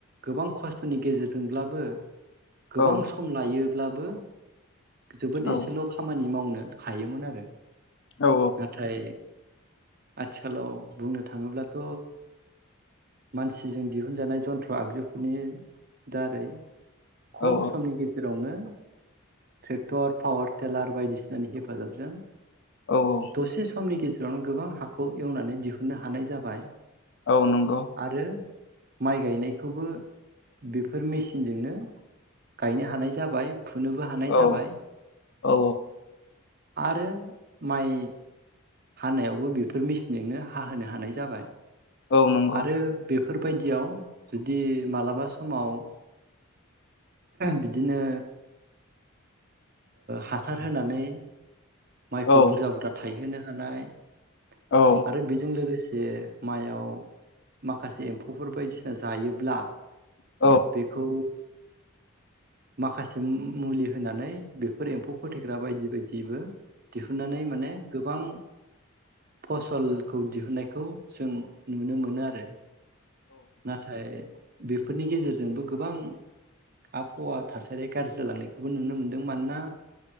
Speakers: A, on the right; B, on the left.
A: गोबां खस्थ'नि गेजेरजोंब्लाबो गोबां
B: औ
A: सम लायो अब्लाबो जोबोद
B: औ
A: एसेल' खामानि मावनो हायोमोन आरो
B: औ
A: नाथाय आथिखालाव बुंनो थाङोब्लाथ' मानसिजों दिहुनजानाय जन्थ्र आगजुफोरनि दारै खम
B: औ
A: समनि गेजेरावनो ट्रेक्टर पावार टिलार बायदिसिनानि हेफाजाब जों
B: औ
A: दसेसे समनि गे जेरावनो गोबां हाखौ एवनानै दिहुननो हानाय जाबाय
B: औ नंगौ
A: आरो माइ गायनायखौबो बेफोर मेसिनजोंनो गायनो हानाय जाबाय फुनोबो हानाय
B: औ
A: जाबाय
B: औ
A: आरो माइ हानायावबो बेफोर मेसिनजोंनो हाहोनो हानाय जाबाय।
B: औ नंगौ
A: आरो बे बेफोरबायदियाव जुदि मालाबा समाव बिदिनो हासार होनानै। माइखौ
B: औ
A: बुरजा बुरजा थायहोनो <inaudible>
B: औ
A: आरो बेजों लोगोसे जे मआव माखासे एम्फौफोर बायदिसिना जायोब्ला
B: औ
A: बेखौ। माखासे मुलि होनानै बे एम्फौ फथेग्रा बायदि बायदि दिबो। दिहुननानै माने गोबां फसलखौ दिहुनन्नायखौ जों नुनो मोनो आरो। नाथाय बेफोरनि गेजेरजोंबो गोबां आबहावा थासारिया गाज्रि जालांनायखौबो नुनो मोनदों मानोना